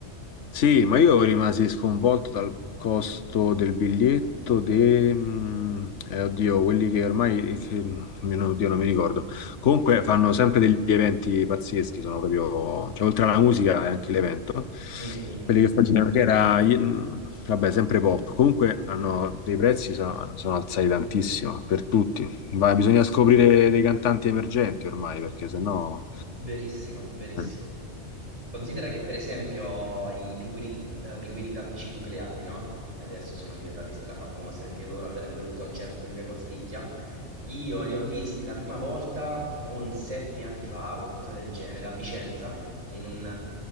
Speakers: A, on the left; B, on the right.
A: Sì, ma io rimasi sconvolto dal costo del biglietto, de... mm, eh, oddio, quelli che ormai, che- mio- oddio, non mi ricordo. Comunque fanno sempre degli eventi pazzeschi, sono proprio, cioè oltre alla musica è anche l'evento.
B: Mm, mm,
A: Quelli
B: mm.
A: che facevano, che era, mm, vabbè, sempre pop. Comunque hanno dei prezzi, sono, sono alzati tantissimo per tutti. Ma bisogna
B: Sì.
A: scoprire dei cantanti emergenti ormai, perché sennò
B: Verissimo, verissimo.
A: eh,
B: Considera che per esempio i pinguini, eh, pinguini tattici nucleari, no? Che adesso sono diventati strafamosi, anche loro andare a vedere un concerto comunque costicchia. Io li ho visti la prima volta o un sette anni fa, qualcosa del genere, a Vicenza, in un,